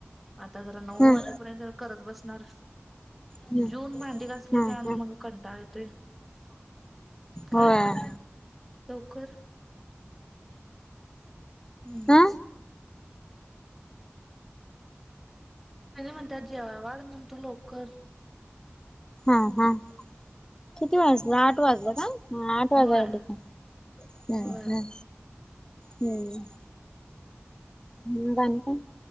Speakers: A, in the centre; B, on the left (about 15°).
A: आता जरा
B: हम्म
A: नऊ वाजेपर्यंत जरा करत बसणार.
B: हम्म
A: जेऊन भांडी घासलं
B: हम्म
A: कि आणि
B: हम्म
A: मग कंटाळा येतोया <unintelligible> काय
B: होय.
A: <unintelligible> लवकर? हम्म
B: हा
A: आणि म्हणत्यात जेवाया वाढ म्हणतो लवकर.
B: हम्म हम्म किती वाजलं, आठ वाजलं का? हं आठ वाजायलेत
A: होय
B: ना हम्म
A: होय
B: हम्म हम्म मंग आणि काय?